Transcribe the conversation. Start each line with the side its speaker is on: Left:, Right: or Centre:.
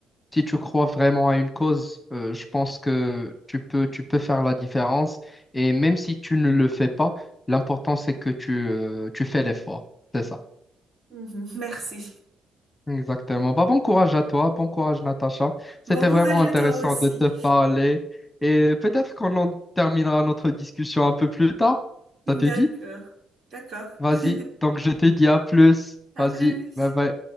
Left: si tu crois vraiment à une cause, euh, je pense que tu peux, tu peux faire la différence. Et même si tu ne le fais pas, l'important, c'est que tu, euh, tu fais l'effort. C'est ça.
Right: <laughs> merci.
Left: Exactement. Bah, bon courage à toi, bon courage Natacha. C'était
Right: Bon courage
Left: vraiment
Right: à
Left: intéressant
Right: toi aussi.
Left: de te parler et peut-être qu'on en terminera notre discussion un peu plus tard.
Right: D'accord,
Left: Ça te dit?
Right: d'accord.
Left: Vas-y.
Right: <laughs>
Left: Donc je te dis à plus.
Right: À
Left: Vas-y.
Right: plus.
Left: Bye bye.